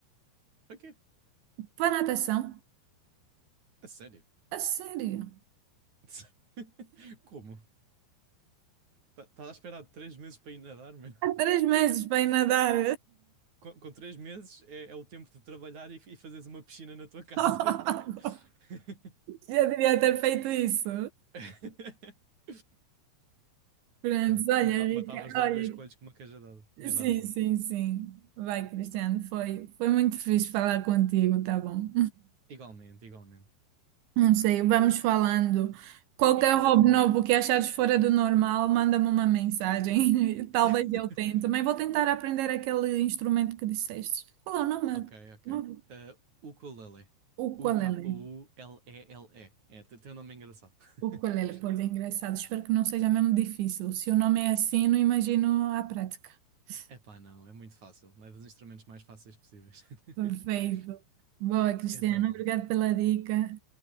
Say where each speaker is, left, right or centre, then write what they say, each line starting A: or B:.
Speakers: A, on the right; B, on the right.
A: Para quê?
B: Para a natação?
A: A sério?
B: A sério?
A: <laughs> Como? Tá, Estás a esperar três meses para ir nadar, mano?
B: Há três meses para ir nadar.
A: Com, com três meses é, é o tempo de trabalhar e, e fazeres uma piscina na tua casa.
B: <laughs>
A: <laughs>
B: Já devia ter feito isso.
A: <laughs>
B: Pronto,
A: Pronto,
B: olha,
A: mata-
B: Rica,
A: matavas logo
B: olha,
A: dois coelhos com uma cajadada. Diz
B: sim,
A: lá, diz lá.
B: sim, sim. Vai, Cristiano, foi, foi muito fixe falar contigo, tá bom?
A: Igualmente, igualmente.
B: Não sei, vamos falando. Qualquer
A: I- exatamente.
B: hobby novo que achares fora do normal, manda-me uma mensagem. <laughs> Talvez
A: <laughs>
B: eu tente. Também vou tentar aprender aquele instrumento que disseste. Qual é o nome?
A: Ok, ok.
B: Não-
A: o ukulele.
B: O
A: U-K-U-L-E-L-E.
B: qual é? né?
A: É, tem tem um nome engraçado. <laughs>
B: Ukulele, pois é engraçado. Espero que não seja mesmo difícil. Se o nome é assim, não imagino a prática. <laughs>
A: Epá, não, é muito fácil. É dos instrumentos mais fáceis possíveis. <laughs>
B: Perfeito. Boa, Cristiano.
A: Então vá.
B: Obrigada pela dica.